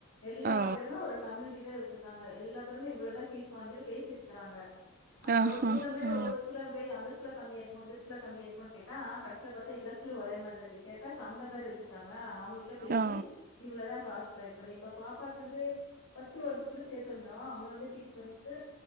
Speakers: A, on the left; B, on the right.
A: எல்லா
B: ஆ
A: பேருமே ஒரு கம்யூனிட்டி பேர் வெச்சக்கங்க எல்லா பேருமே இவ்ளோதா பீஸ் வாஞ்ட்டு பேசி வெச்சிக்கறாங்க.
B: ஆஹா
A: ஒரு ஸ்கூல்ல மாரி
B: ஆ
A: ஒவ்வெரு ஸ்கூல்ல போய் அந்த ஸ்கூல் அந்த ஸ்கூல்ல கம்மியா இருக்குமோ இந்த ஸ்கூல்ல கம்மியா இருக்குமோனு கேட்டா கடைசில பாத்தா எல்லா ஸ்கூல்லையு ஒரே மாரி தா இருக் கேட்ட சங்கோ மாரி வெச்சிருக்காங்கள அவுகளுக் குள்ள பேசி
B: ஆ
A: இவ்ளோதா காசு அப்ப இப்ப பாப்பாக்கு வந்து பர்ஸ்ட் ஒரு ஸ்கூல சேத்திருந்தோ அங்க வந்து ஃபீஸ் வந்து